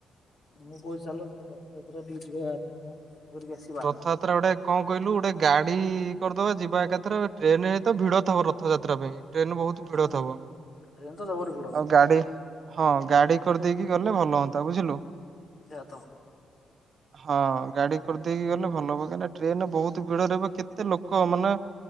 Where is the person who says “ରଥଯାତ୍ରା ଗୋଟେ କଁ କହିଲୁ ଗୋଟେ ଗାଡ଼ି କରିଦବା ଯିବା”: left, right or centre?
Right